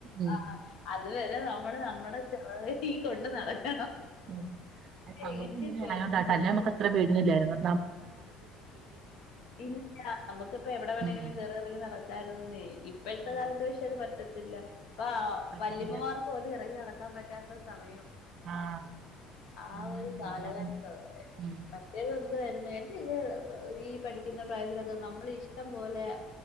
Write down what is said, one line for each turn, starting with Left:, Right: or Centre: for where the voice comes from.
Right: ഉം
Left: ആ ആ അതുവരെ നമ്മള് ങ്ങടെ ചെ ഈ കൊണ്ടുനടക്ക
Right: ഉം ആ
Left: തേകിച്ച്
Right: സമൂഹം ഇങ്ങനെ
Left: പെമ്പിള്ളാര്
Right: ആയോണ്ടാട്ടോ അല്ലേ നമുക്ക് അത്ര പേടിനില്ലാരുന്നു
Left: ഇല്ല നമുക്കിപ്പ എവിടെ വേണമെങ്കിലും
Right: ഉം
Left: കയറി ഇറങ്ങി നടക്കാരുന്നേ ഇപ്പോഴത്തെ
Right: ഉം
Left: കാലത്ത് പക്ഷെ അത് പറ്റത്തി ത്തില്ല ഇപ്പ
Right: പറ്റത്തില്ല
Left: വല്യമ്മമാർക്ക് പോലും ഇറങ്ങി നടക്ക ങ്ങാൻ പറ്റാത്ത സമ
Right: ആഹ്
Left: ആ
Right: എല്ലാം
Left: ഒരു
Right: പഞ്ചാബും
Left: കാലഘട്ടാ
Right: ഉം
Left: പ്രതേ <unintelligible> ഈ പഠിക്കുന്ന പ്രായത്തിലൊക്കെ നമ്മൾ ഇഷ്ടം പോലെ